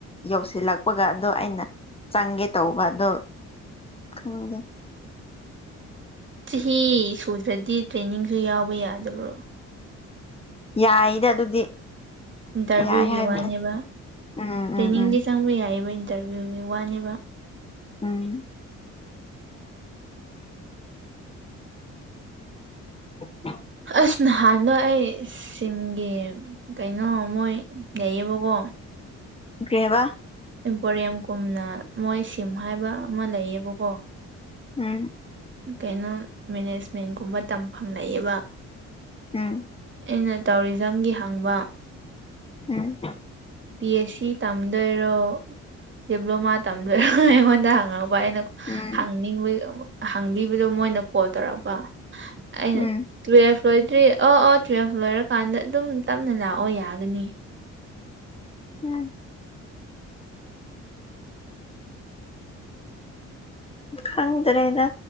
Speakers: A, on the left; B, on the right.
A: ꯌꯧꯁꯤꯜꯂꯛꯄꯒꯗꯣ ꯑꯩꯅ ꯆꯪꯒꯦ ꯇꯧꯕ ꯑꯗꯣ ꯈꯪꯗꯦ
B: ꯆꯍꯤ ꯁꯨꯗ꯭ꯔꯗꯤ ꯇ꯭ꯔꯦꯅꯤꯡꯁꯨ ꯌꯥꯎꯕ ꯌꯥꯗꯕ꯭ꯔꯣ
A: ꯌꯥꯏꯗ ꯑꯗꯨꯗꯤ
B: ꯏꯟꯇꯔꯚꯤꯌꯨꯒꯤ
A: ꯌꯥꯏ ꯍꯥꯏꯕꯅꯦ
B: ꯋꯥꯅꯦꯕ
A: ꯎꯝ ꯎꯝ
B: ꯇ꯭ꯔꯦꯅꯤꯡꯗꯤ
A: ꯎꯝ
B: ꯆꯪꯕ ꯌꯥꯏꯌꯦꯕ ꯏꯟꯇꯔꯚꯤꯌꯨꯒꯤ ꯋꯥꯅꯦꯕ
A: ꯎꯝ <inaudible>
B: ꯑꯁ ꯅꯍꯥꯟꯗꯣ ꯑꯩ ꯁꯤꯝꯒꯤ ꯀꯩꯅꯣ ꯃꯣꯏ ꯂꯩꯌꯦꯕꯀꯣ
A: ꯀꯩ ꯍꯥꯏꯕꯥ
B: ꯏꯟꯄꯣꯔꯦꯝ ꯀꯨꯝꯅ ꯃꯣꯏ ꯁꯤꯝ ꯍꯥꯏꯕ ꯑꯃ ꯂꯩꯌꯦꯕꯀꯣ
A: ꯎꯝ
B: ꯀꯩꯅꯣ ꯃꯦꯅꯦꯖꯃꯦꯟꯒꯨꯝꯕ ꯇꯝꯐꯝ ꯂꯩꯌꯦꯕ
A: ꯎꯝ
B: ꯑꯩꯅ ꯇꯧꯔꯤꯖꯝꯒꯤ ꯍꯪꯕ
A: ꯎꯝ
B: ꯕꯤ ꯑꯦꯁ ꯁꯤ ꯇꯝꯗꯣꯏꯔꯣ ꯗꯤꯄ꯭ꯂꯣꯃꯥ ꯇꯝꯗꯣꯏꯔꯣꯅ ꯑꯩꯉꯣꯟꯗ ꯍꯪꯉꯛꯄ ꯑꯩꯅ
A: ꯎꯝ
B: ꯍꯪꯅꯤꯡꯕꯩ ꯑꯃꯨꯛ ꯍꯪꯕꯤꯕꯗꯣ ꯃꯣꯏꯅ ꯀꯣꯜ ꯇꯧꯔꯛꯄ ꯑꯩꯅ
A: ꯎꯝ
B: ꯇꯨꯌꯦꯜꯐ ꯂꯣꯏꯗ꯭ꯔꯤ ꯑꯣ ꯑꯣ ꯇꯨꯌꯦꯜꯐ ꯂꯣꯏꯔꯀꯥꯟꯗ ꯑꯗꯨꯝ ꯇꯞꯅ ꯂꯥꯛꯑꯣ ꯌꯥꯒꯅꯤ
A: ꯎꯝ ꯈꯪꯗ꯭ꯔꯦꯗ